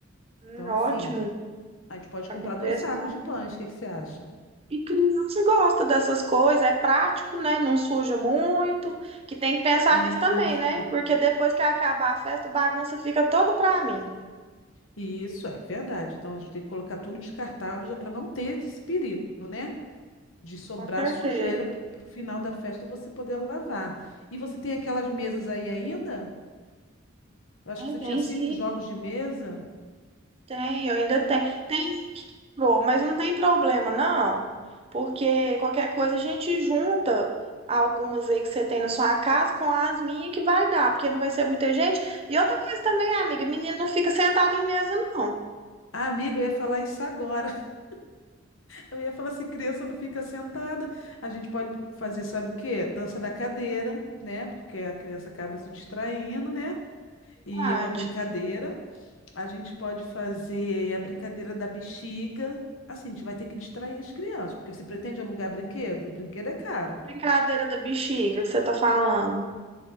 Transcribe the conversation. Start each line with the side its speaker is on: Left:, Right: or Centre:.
Right: Hum,
Left: Então,
Right: ótimo,
Left: assim. A gente pode
Right: tá
Left: comprar
Right: com preço
Left: dois sacos de pães, o que que você acha?
Right: E criança gosta dessas coisas, é prático, né? Não suja muito, que tem que pensar
Left: Isso.
Right: nisso também, né? Porque depois que acabar a festa, a bagunça fica toda pra mim.
Left: Isso é verdade. Então a gente tem que colocar tudo descartável já para não ter esse perigo, né? De sobrar
Right: Com certeza.
Left: sujeira para o final da festa você poder lavar. E você tem aquelas mesas aí ainda? Eu acho
Right: Tem,
Left: que você
Right: tem
Left: tinha cinco
Right: sim,
Left: jogos de mesa.
Right: tem, eu ainda tenho. Tem, pro, mas não tem problema, não. Porque qualquer coisa a gente junta algumas aí que você tem na sua casa com as minhas que vai dar, porque não vai ser muita gente. E outra coisa também, amiga, menino não fica sentado em mesa, não.
Left: Ah, amiga, eu ia falar isso agora. <laughs> Eu ia falar se criança não fica sentada. A gente pode fazer, sabe o quê? Dança da cadeira, né? Porque a criança acaba se distraindo, né? E
Right: Verdade.
Left: é uma brincadeira. A gente pode fazer a brincadeira da bexiga. Assim, a gente vai ter que distrair as crianças, porque você pretende alugar brinquedo? Brinquedo é caro.
Right: Brincadeira da bexiga que você tá falando.